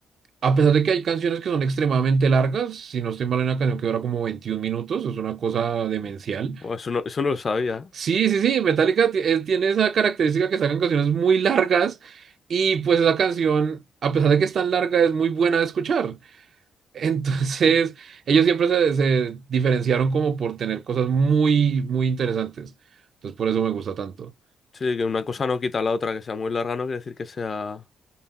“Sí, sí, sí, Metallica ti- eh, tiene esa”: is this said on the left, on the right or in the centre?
Right